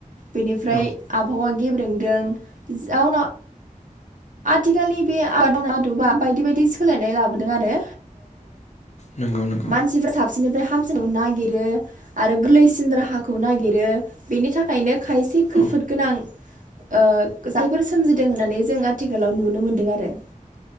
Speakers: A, on the right; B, on the left.
A: बेनिफ्राय
B: औ
A: आबहावा गेब्रेंदों जाउनाव आथिखालनि बे आबादावनो आदबा बायदि बायदि सोलायनाय लाबोदों आरो
B: नंगौ नंगौ
A: मानसिफ्रा साबसिननिफ्राय हामसिन नागिरो आरो गोरलैसिन राहाखौ नागिरो बेनि थाखायनो खायसे खैफोद
B: औ
A: गोनां ओ जायफोर सोमजिदों होननानै जों आथिखालाव नुनो मोनदों आरो